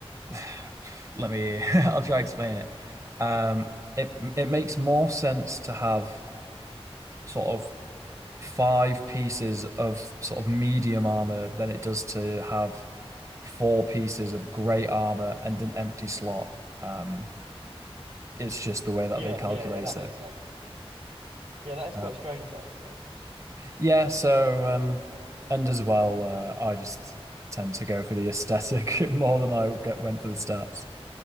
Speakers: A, on the right; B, on the right.
A: <sighs> let me <laughs> I'll try to explain it. Um, it it makes more sense to have sort of five pieces of sort of medium armor than it does to have four pieces of great armor and an empty slot. Um, it's just the way that
B: Yeah,
A: they calculate
B: yeah, yeah. That makes
A: it.
B: sense. Yeah, that is
A: Um,
B: quite strange though, isn't it?
A: yeah, so um, and as well, uh, I just tend to go for the aesthetic <laughs> more than I get, went for the stats.